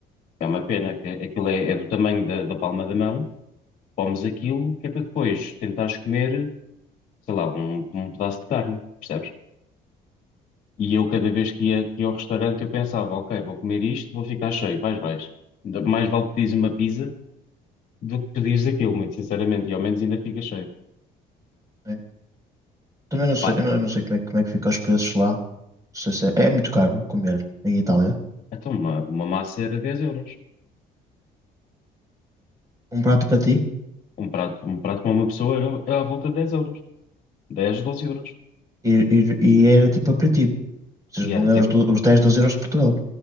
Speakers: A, on the left; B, on the right.
A: é uma pena, que aquilo é, é do tamanho da, da palma da mão. Comes aquilo que é para depois tentares comer, sei lá, um, um pedaço de carne, percebes? E eu, cada vez que ia, que ia ao restaurante, eu pensava, ok, vou comer isto, vou ficar cheio, vais, vais. Ainda Mais vale pedires uma pizza do que pedires aquilo, muito sinceramente, e ao menos ainda fica cheio.
B: né? Também não sei,
A: Pá,
B: eu não eu não sei como é, que- como é que fica os preços lá. Não sei se é, é muito caro comer em Itália.
A: então uma, uma massa era 10 euros.
B: Um prato para ti
A: Um prato, um prato para uma pessoa era, era à volta de 10 euros. dez 12 euros.
B: e, e, e era tipo aperitivo. Ou seja,
A: E
B: não
A: era
B: é
A: tipo,
B: os, do- os dez 12 euros de Portugal.